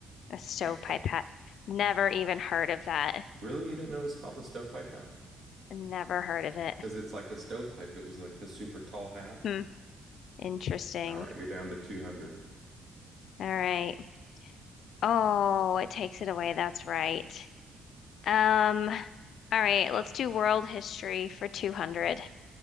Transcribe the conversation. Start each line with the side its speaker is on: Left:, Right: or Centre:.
Left: A stovepipe
Right: <laughs>
Left: hat. Never even heard of that.
Right: Really, you didn't know it was called a stovepipe hat?
Left: Never heard of it.
Right: Because it's like a stovepipe. It was like the super tall hat.
Left: Hmm. Interesting.
Right: All right, you're down to 200.
Left: All right. Oh, it takes it away. That's right. Um, all right, let's do world history for 200.